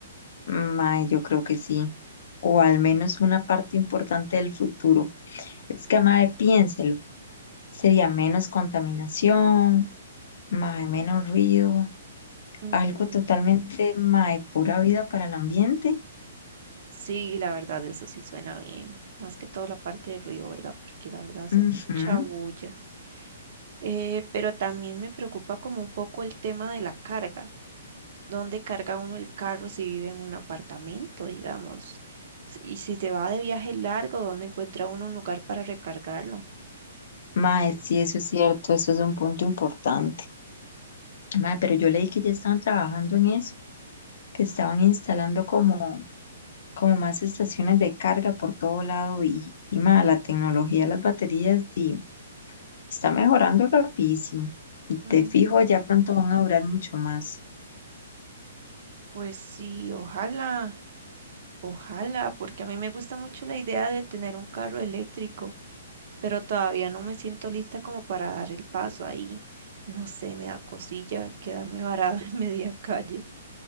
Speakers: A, on the left (about 55°); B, on the right (about 50°).
A: Ma, yo creo que sí, o al menos una parte importante del futuro. Es que, ma, piénselo, sería menos contaminación, ma, menos ruido.
B: Ujú.
A: Algo totalmente, mae, pura vida para el ambiente.
B: Sí, la verdad, eso sí suena bien. Más que todo la parte de ruido, ¿verdad? Porque la verdad hace
A: Ujú.
B: mucha bulla. Eh, pero también me preocupa como un poco el tema de la carga. ¿Dónde carga uno el carro si vive en un apartamento, digamos? S- Y si se va de viaje largo, ¿dónde encuentra uno un lugar para recargarlo?
A: Mae, sí, eso es cierto, eso es un punto importante. Mae, pero yo leí que ya estaban trabajando en eso, que estaban instalando como, como más estaciones de carga por todo lado y, y mae, la tecnología de las baterías sí, está mejorando rapidísimo. Y te
B: Ujú.
A: fijo, ya pronto van a durar mucho más.
B: Pues sí, ojalá, ojalá, porque a mí me gusta mucho la idea de tener un carro eléctrico, pero todavía no me siento lista como para dar el paso ahí. No sé, me da cosilla quedarme varada <laughs> en media calle.